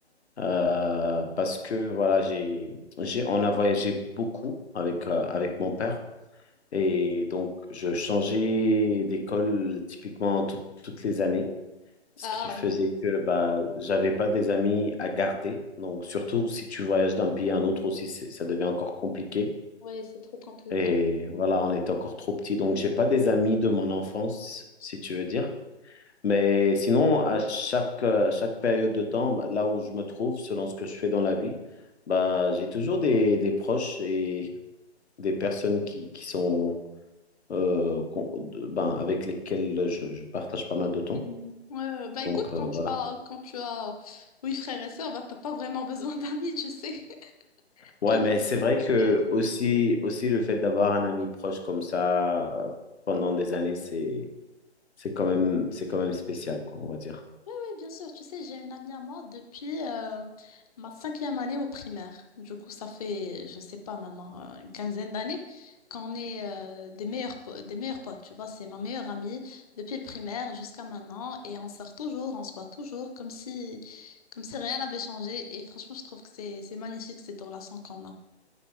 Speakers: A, on the left (about 70°); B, on the left (about 35°).
A: Euh, parce que, voilà, j'ai, j'ai, on a voyagé beaucoup avec, euh, avec mon père. Et donc, je changeais d'école typiquement tout- toutes les années, ce
B: Ah,
A: qui faisait que bah, j'avais pas des amis à garder. Donc, surtout si tu voyages d'un pays à un autre aussi, c'est- ça devient encore compliqué.
B: ouais, c'est trop compliqué.
A: Et voilà, on était encore trop petits. Donc, j'ai pas des amis de mon enfance, si tu veux dire. Mais sinon, à chaque, euh, chaque période de temps, bah, là où je me trouve, selon ce que je fais dans la vie, bah, j'ai toujours des, des proches et des personnes qui, qui sont euh, qu'on- de- ben, avec lesquels je, je partage pas mal de temps.
B: Mhm. Ouais, ouais. bah
A: Donc
B: écoute, quand
A: euh,
B: tu
A: voilà.
B: as, quand tu as oui frères et sœurs, bah t'as pas vraiment besoin <laughs> d'amis, tu sais, <laughs>
A: Ouais,
B: que Dieu
A: mais c'est
B: te les
A: vrai
B: protège.
A: que aussi, aussi le fait d'avoir un ami proche comme ça euh, pendant des années, c'est, c'est quand même, c'est quand même spécial, quoi, on va dire.
B: Oui, bien sûr, tu sais, j'ai une amie à moi depuis euh, ma cinquième année au primaire. Du coup, ça fait, je sais pas maintenant, euh, une quinzaine d'années qu'on est euh, des meilleurs, po- des meilleurs potes, tu vois, c'est ma meilleure amie depuis le primaire jusqu'à maintenant et on sort toujours, on se voit toujours comme si, comme si rien n'avait changé et franchement, je trouve que c'est, c'est magnifique cette relation qu'on a.